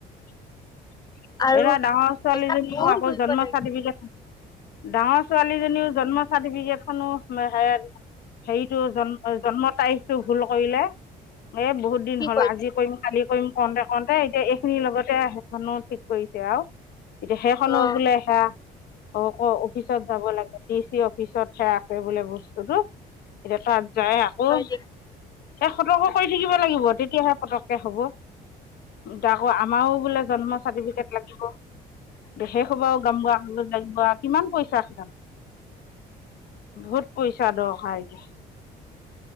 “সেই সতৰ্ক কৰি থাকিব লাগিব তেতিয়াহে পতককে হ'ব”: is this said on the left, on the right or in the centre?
Left